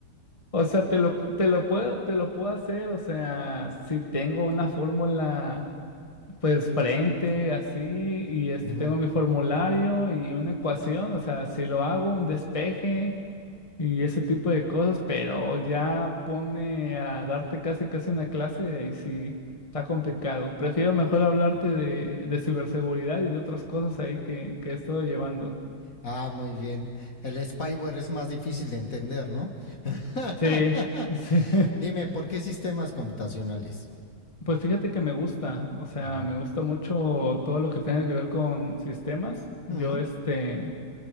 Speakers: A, on the left; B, on the left.
A: o sea, te lo, te lo puedo, te lo puedo hacer, o sea, si tengo una fórmula, pues frente, así, y este
B: Ujú.
A: tengo mi formulario y una ecuación, o sea, si lo hago, un despeje. y ese tipo de cosas, pero ya pone a darte casi casi una clase, ahí sí está complicado. Prefiero mejor hablarte de, de ciberseguridad y de otras cosas ahí que, que he estado llevando.
B: Ah, muy bien. El spyware es más difícil de entender, ¿no? <laughs>
A: Sí, sí. <laughs>
B: Dime, ¿por qué sistemas computacionales?
A: Pues fíjate que me gusta, o sea,
B: Ujú.
A: me gusta mucho todo lo que tenga que ver con sistemas. Yo
B: Mm,
A: este